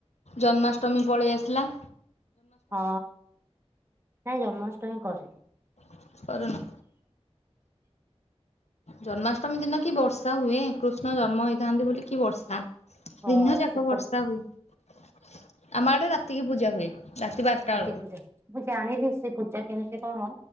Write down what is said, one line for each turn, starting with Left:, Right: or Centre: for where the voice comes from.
Left: ଜନ୍ମାଷ୍ଟମୀ ପଳେଇ ଆସ୍‌ଲା।
Right: ହଁ! ନାଇଁ ଜନ୍ମାଷ୍ଟମୀ କରେନି।
Left: <inaudible> ଜନ୍ମାଷ୍ଟମୀ ଦିନ କି ବର୍ଷା ହୁଏ। କୃଷ୍ଣ ଜନ୍ମ ହେଇଥାନ୍ତି, ବୋଲି କି ବର୍ଷା।
Right: ହଁ
Left: ଦିନ ଯାକ
Right: ସେଟା
Left: ବର୍ଷା ହୁଏ। ଆମ ଆଡ଼େ ରାତିକି ପୂଜା ହୁଏ। ରାତି ବାର୍ଟା
Right: କାର୍ତ୍ତିକ ପୂଜା ମୁଁ, ଜାଣିନି ସେ ପୂଜା କେମ୍ତି କ'ଣ?